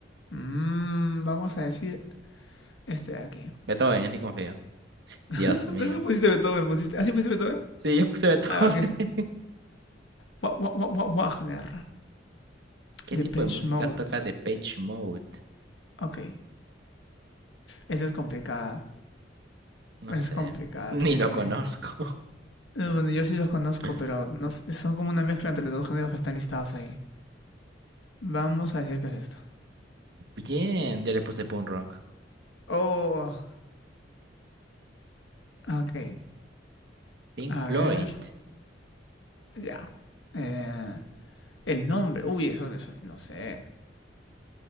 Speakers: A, on the left; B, on the right.
A: Mm, vamos a decir este de aquí.
B: Beethoven, en ti confío.
A: <laughs>
B: Dios mío.
A: Pero no pusiste Beethoven, pusiste... ¿Así pusiste Beethoven?
B: Sí, yo puse Beethoven.
A: Ah, ok.
B: <laughs>
A: Wa- wa- wa- Wagner.
B: ¿Qué
A: Depeche
B: tipo de música
A: Mode.
B: toca The Page Mode?
A: Ok. Esta es complicada.
B: No
A: Es
B: sé,
A: complicada
B: <laughs> ni
A: porque
B: lo conozco.
A: Eh, Bueno, yo sí los conozco,
B: <laughs>
A: pero no s- son como una mezcla entre los dos géneros que están listados ahí. Vamos a decir que es esto.
B: Bien, yo le puse punk rock.
A: Oh, ok.
B: Pink
A: A
B: Floyd.
A: ver, ya. Eh, el nombre. Uy, eso, eso sí no sé.